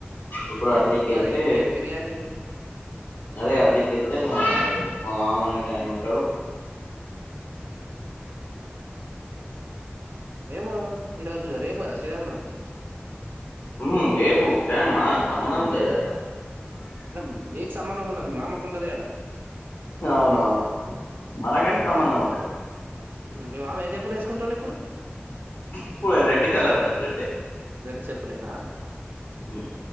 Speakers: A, on the left (about 50°); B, on the right (about 55°).
A: ఇప్పుడు అటదిక్
B: మరి
A: ఎళ్తే
B: ఇంకేంటి బిర్యానీ
A: అదే అటదిక్ ఎళ్తే మా మా మామ అనే టాయన
B: మ-
A: ఉంటడు
B: ఏమో ఈ రోజు గా రేపు గద శ్రీరామనవమి
A: మ్ రేపు ప్రేమా సంబంధం లేదు గదా
B: అంటే మీక్ సంబంధం ఉండది. మీ మామకు ఉంటది కదా
A: అవునవును మనకంటే సంబంధం ఉండది
B: మీ మామ ఏ చెప్పులు ఏసుకుంటాండు ఇప్పుడు
A: ఇప్పుడు రెడ్ కలర్ అండి రెడ్డే
B: రెడ్ చెప్పులేనా
A: మ్